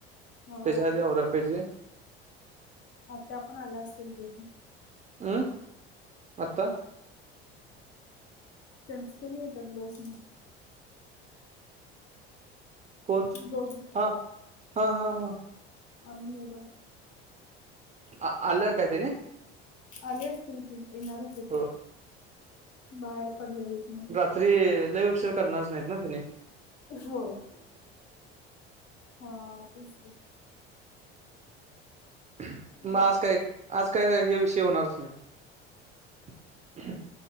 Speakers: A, on the left; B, on the right.
A: हा
B: त्याच्या आधी आवरला पाहिजे.
A: आपल्या आपण आलो असंल दोघी
B: अं, आत्ता
A: त्यांच तेनीं येतात बस नं
B: कोण
A: दोघी,
B: हा हा हा हा
A: अनु-मेघा
B: हा आल्या होत्या क नही?
A: आले असतील की येणार होते,
B: हो
A: बाहेर पडलेलेत म्हणे
B: तरी लैई उशिर करणार नाहीत ना त्यानी
A: हो, हा तेच कि
B: मं
A: मग
B: आज काय, आज काय हे विषय होणारच नाही.